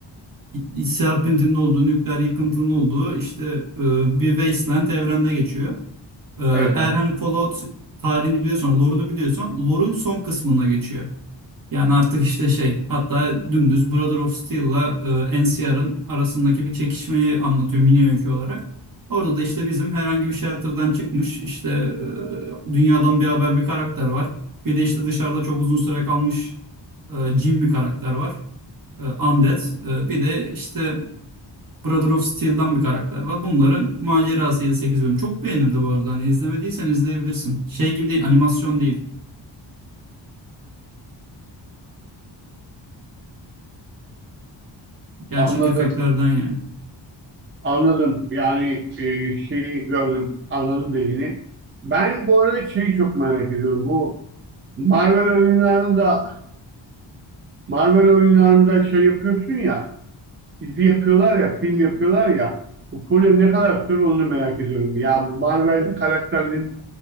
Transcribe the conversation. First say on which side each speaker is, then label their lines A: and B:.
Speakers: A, on the right; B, on the right.
A: e, serpintinin olduğu, nükleer yıkıntının olduğu işte e, bir wasteland evrende geçiyor. Ee,
B: Evet
A: eğer
B: abi.
A: hani Fallout tarihini biliyorsan, lore'unu biliyorsan lore'un son kısmına geçiyor. Yani artık işte şey hatta dümdüz Brother of Steel'la e, NCR'ın arasındaki bir çekişmeyi anlatıyor mini öykü olarak. Orada da işte bizim herhangi bir shelter'dan çıkmış işte e, dünyadan bir haber bir karakter var. Bir de işte dışarıda çok uzun süre kalmış e, Jim bir karakter var. E, Undead. E, bir de işte Brother of Steel'dan bir karakter var. Bunların macerası 7-8 bölüm. Çok beğenildi bu arada. Hani izlemediysen izleyebilirsin. Şey gibi değil, animasyon değil. Gerçek
B: Anladım.
A: efektlerden yani.
B: Anladım. Yani e, şeyi gördüm. Anladım dediğini. Ben bu arada şeyi çok merak ediyorum. Bu Marvel oyunlarında Marvel oyunlarında şey yapıyorsun ya dizi yapıyorlar ya film yapıyorlar ya bu proje ne kadar süre onu merak ediyorum. Ya Marvel karakterlerin